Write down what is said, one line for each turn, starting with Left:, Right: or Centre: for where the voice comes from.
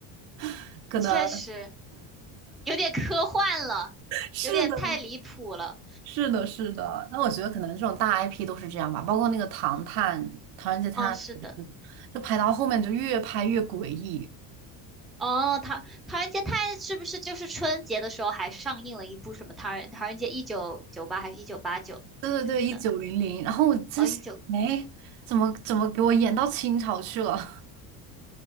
Right: <laughs> 可能。
Centre: 确实有点科幻了，
Right: 是的，
Centre: 有点太离谱了。
Right: 是的，是的。那我觉得可能这种大 IP 都是这样吧，包括那个《唐探》《唐人街探案》，
Centre: 哦，是的。
Right: 就拍到后面就越拍越诡异。
Centre: 哦，唐《唐人街探案》它是不是就是春节的时候还上映了一部什么《唐人唐人街一九九八》还是一九八九什么的？
Right: 对对对，一九零零。然后我在想，
Centre: 哦，一九
Right: 哎，怎么怎么给我演到清朝去了？